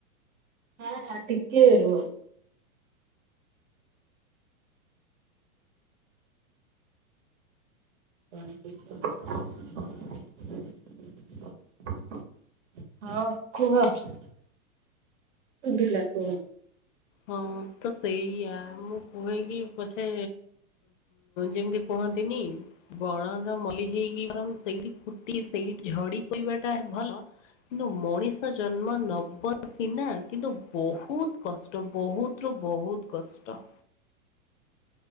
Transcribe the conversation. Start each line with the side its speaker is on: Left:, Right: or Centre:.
Right: ହଁ ହଁ ଟିକେ ରୁହ। ହ ହଁ କୁହ? ସୁୁଭିଲା କହ।
Left: ହଁ ତ ସେଇଆା ମୁଁ କୁହେ କିି ପଛେ ଯେମିତି କୁହନ୍ତିନି ବଣର ମଲ୍ଲି ହେଇକି ବରଂ ସେଇଠି ଫୁଟି ସେଇଠି ଝଡି ପଡିବାଟା ଭଲ। କିନ୍ତୁ ମଣିଷ ଜନ୍ମ ନବ ସିନା କିନ୍ତୁ ବହୁତ କଷ୍ଟ ବହୁତରୁୁ ବହୁତ କଷ୍ଟ।